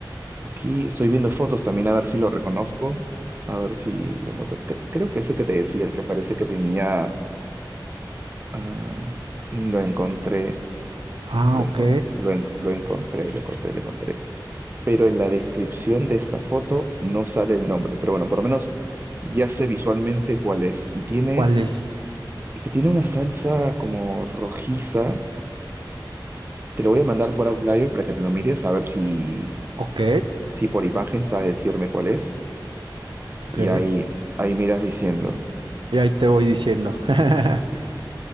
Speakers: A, on the right; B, on the right.
A: Aquí estoy viendo fotos también a ver si lo reconozco, a ver si lo encuentro. Cre- creo que ese que te decía, el que parece que tenía... ah, lo encontré,
B: Ah,
A: lo
B: ok.
A: encon- lo en- lo encontré, lo encontré, lo encontré. Pero en la descripción de esta foto no sale el nombre. Pero bueno, por lo menos ya sé visualmente cuál es. Y tiene,
B: ¿Cuál es?
A: es que tiene una salsa como rojiza. Te lo voy a mandar por Outlier para que te lo mires, a ver si,
B: Ok,
A: si por imagen sabes decirme cuál es.
B: ok.
A: Y ahí, ahí miras diciendo.
B: Y ahí te
A: A
B: voy
A: ver,
B: diciendo. <laughs>